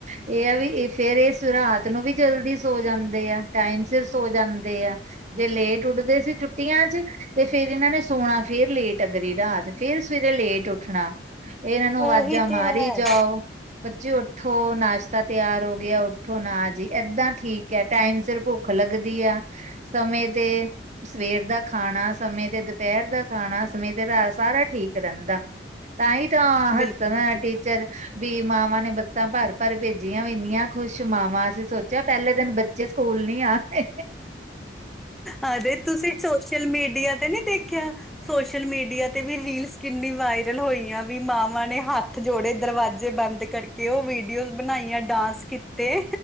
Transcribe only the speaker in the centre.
ਉਹੀ
ਤੇ ਹੈ
ਬਿਲਕੁਲ ਜੀ
ਅਰੇ ਤੁਸੀਂ ਸੋਸ਼ਲ ਮੀਡੀਆ ਤੇ ਨਹੀਂ ਦੇਖਿਆ ਸੋਸ਼ਲ ਮੀਡੀਆ ਤੇ ਵੀ ਰੀਲਸ ਕਿੰਨੀ ਵਾਇਰਲ ਹੋਈ ਆ ਵੀ ਮਾਵਾਂ ਨੇ ਹੱਥ ਹੱਥ ਜੋੜੇ ਦਰਵਾਜ਼ੇ ਬੰਦ ਕਰਕੇ ਉਹ ਵੀਡੀਓਸ ਬਣਾਈਆਂ ਡਾਂਸ ਕੀਤੇ